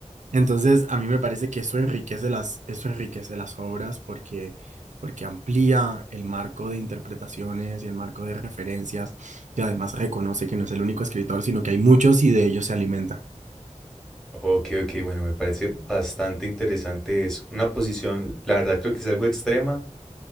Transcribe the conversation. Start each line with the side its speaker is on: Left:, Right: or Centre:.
Right: Entonces, a mí me parece que eso enriquece las, eso enriquece las obras porque, porque amplía el marco de interpretaciones y el marco de referencias y además reconoce que no es el único escritor, sino que hay muchos y de ellos se alimenta.
Centre: Ok, ok, bueno, me parece bastante interesante. Es una posición, la verdad creo que es algo extrema,